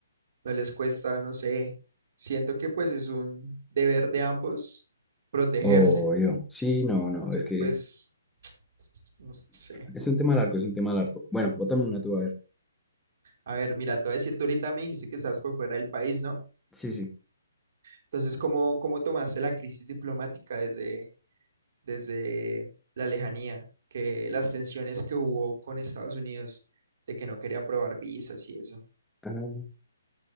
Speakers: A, on the right; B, in the centre.
A: no les cuesta, no sé. Siento que pues es un deber de ambos protegerse.
B: obvio, sí, no,
A: Entonces,
B: no, es que
A: pues, no sé.
B: Es un tema largo, es un tema largo. Bueno, bótame una tú, a ver.
A: A ver, mira, te voy a decir, tú ahorita me dijiste que estás por fuera del país, ¿no?
B: Sí, sí.
A: Entonces, ¿cómo, cómo tomaste la crisis diplomática desde, desde la lejanía? Que las tensiones que hubo con Estados Unidos, de que no quería aprobar visas y eso.
B: Ah,